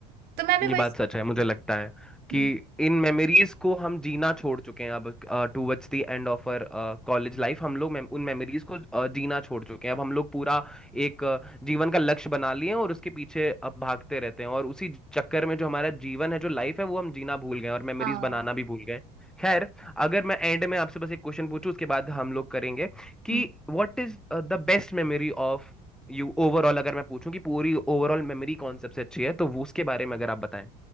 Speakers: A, on the right; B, in the centre.
A: तो मैं भी वही
B: ये बात सच है मुझे लगता है कि
A: हम्म,
B: इन मेमोरीज को हम जीना छोड़ चुके हैं अब Towards the end of our college life हम लोग mem- उन मेमोरीज को अ, जीना छोड़ चुके हैं अब हम लोग पूरा एक अ, जीवन का लक्ष्य बना लिए हैं और उसके पीछे अब भागते रहते हैं और उसी चक्कर में जो हमारा जीवन है जो लाइफ है वो हम जीना भूल गए हैं और मेमोरीज
A: हाँ
B: बनाना भी भूल गए खैर अगर मैं एंड में आपसे बस एक क्वेश्चन पूछूं उसके बाद हम लोग करेंगे कि
A: हम्म,
B: what is the best memory of you overall अगर मैं पूछूं कि पूरी ओवरऑल मेमोरी कौन सबसे अच्छी है तो वो उसके बारे में अगर आप बताएं